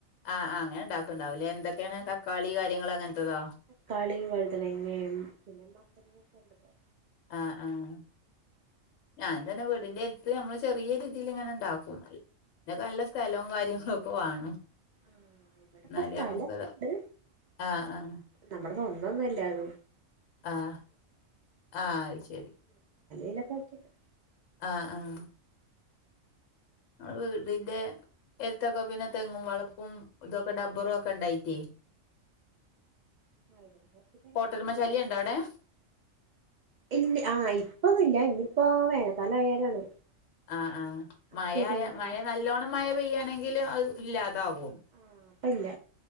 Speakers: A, on the left; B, on the right.
A: ആഹ് ആഹ് അങ്ങനെ ഉണ്ടാക്കുണ്ടാവൂില്ലേ എന്തൊക്കെയാണ് തക്കാളി കാര്യങ്ങൾ അങ്ങനത്തെതോ
B: തകാളിയും വഴുതനങ്ങയും പിന്നെ മത്തങ്ങക്കെണ്ടലോ-
A: ആഹ് ആഹ് ഞാൻ തന്നെ വീടിന്റെഅടുത്ത് ഞമ്മൾ ചെറിയ രീതിയിൽ ഇങ്ങനെ ഉണ്ടാവും. പിന്നെ നല്ല സ്ഥലവും കാര്യങ്ങള് ഒക്കെ വേണം.
B: ആഹ് ഇവിടെപ്പ
A: എന്നലെ
B: സ്ഥലൊക്കെ
A: നമ്മയ്ക്ക്താ
B: ഉണ്ട്
A: ആഹ് ആഹ്-
B: നമ്മുടെ സ്വന്തന്നുല്ല അത്
A: ആഹ് ആഹ് അത് ശരി
B: <unintelligible>
A: ആഹ് ആഹ് - നമ്മ വീടിന്റെ എടുത്തൊക്കെ പിന്നെ തെങ്ങും വളപ്പും- ഇതൊക്കെ ടബറും ഒക്കെ ഉണ്ടായിട്ടേ-
B: ആയിക്കോട്ടെ പുറത്തേക്ക് നമ്മക്ക്
A: കോട്ടരുമ
B: ഉണ്ട്.
A: ശല്യം ഉണ്ടോ അവിടെ
B: ഇല്ല ആഹ് ഇപ്പൊന്നുമില്ല ഇന്നിപ്പോ വേനൽക്കാലം ആയാലാണ്.
A: ആഹ് ആഹ്
B: ആ
A: മഴയ
B: സീസണുള്ള
A: മഴ നല്ലോണ്ണം മഴ പെയ്യാണെങ്കിലും അത് ഇല്ലാതാവും.
B: ആഹ അപ്പ ഇല്ല.